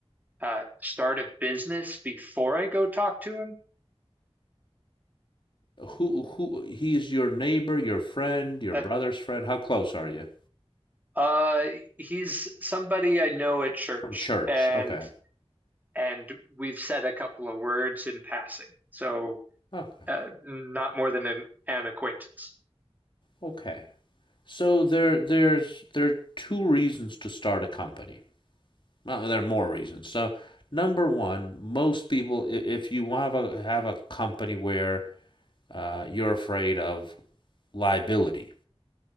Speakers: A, on the right; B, on the left.
A: uh, start a business before I go talk to him?
B: Who who he's your neighbor, your friend, your
A: Uh,
B: brother's friend? How close are you?
A: uh, he's somebody I know at church,
B: From church.
A: and
B: Okay.
A: and we've said a couple of words in passing, so
B: Okay.
A: uh, not more than an, an acquaintance.
B: Okay. So there there's there are two reasons to start a company. Well, there are more reasons. So number one, most people, if you have a have a company where uh, you're afraid of liability,